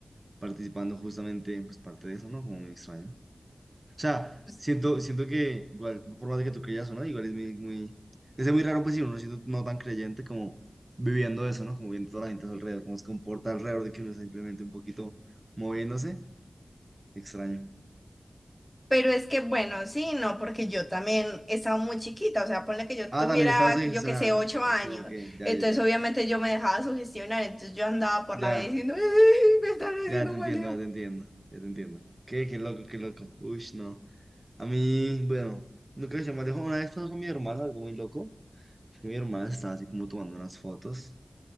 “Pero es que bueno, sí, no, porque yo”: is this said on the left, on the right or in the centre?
Centre